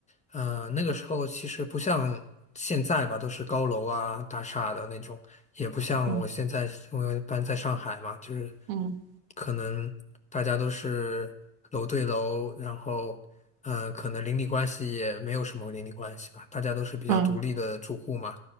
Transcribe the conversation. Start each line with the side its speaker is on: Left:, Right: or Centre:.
Left: 呃，那个时候其实不像现在吧，都是高楼啊、大厦的那种，也不像我现在因为搬在上海嘛，
Right: 嗯
Left: 就是。
Right: 嗯
Left: 可能大家都是楼对楼，然后嗯、呃可能邻里关系也没有什么邻里关系吧，大家都是比较独立的住户嘛。
Right: 嗯